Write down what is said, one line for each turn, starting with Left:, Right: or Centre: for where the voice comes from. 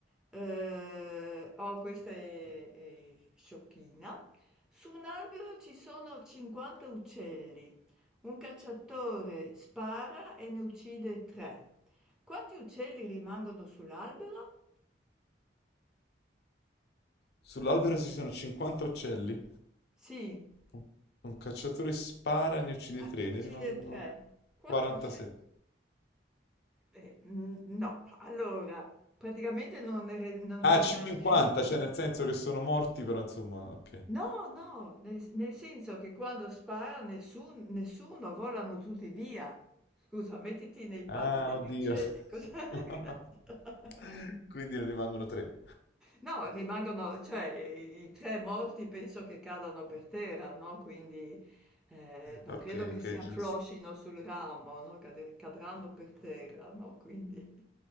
Centre: Eh, oh, questa è, è sciocchina. Su un albero ci sono 50 uccelli. Un cacciatore spara e ne uccide tre. Quanti uccelli rimangono sull'albero?
Left: Sull'albero ci sono 50 uccelli?
Centre: Sì,
Left: Un un cacciatore spara e ne uccide
Centre: ah,
Left: 3,
Centre: ne
Left: ne
Centre: uccide
Left: rimangono
Centre: tre. Quanti
Left: 47.
Centre: uccelli? Eh, mhmm, no, allora praticamente non ne re non
Left: Ah,
Centre: ne rimane
Left: 50,
Centre: nessuno.
Left: cioè nel senso che sono morti, però insomma, ok.
Centre: No, no, nel s nel senso che quando spara nessun nessuno, volano tutti via. Scusa, mettiti nei panni
Left: Ah,
Centre: degli
Left: oddio.
Centre: uccelli, cosa <laughs>
Left: <laughs> Quindi ne rimangono 3.
Centre: No, rimangono cioè i i 3 morti penso che cadano per terra, no, quindi, ehm, non
Left: Ok,
Centre: credo che
Left: ok,
Centre: si affloscino
Left: giusto.
Centre: sul ramo, no, cade cadranno per terra, no, quindi